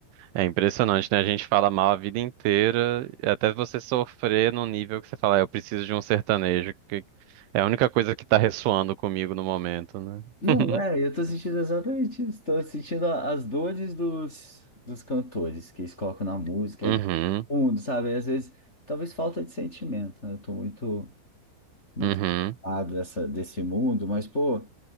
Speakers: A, on the right; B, on the left.
A: É impressionante, né? A gente fala mal a vida inteira, e até você sofrer num nível que você fala, "Ah, eu preciso de um sertanejo, que é a única coisa que tá ressoando comigo no momento, né?
B: Não
A: <laughs>
B: é, eu tô sentindo exatamente isso. Tô sentindo a- as dores dos, dos cantores que eles colocam na música
A: Uhum,
B: aí, fundo, sabe? Às vezes, talvez falta de sentimento, né? Eu tô muito, muito
A: uhum,
B: empolgado dessa, desse mundo, mas, pô,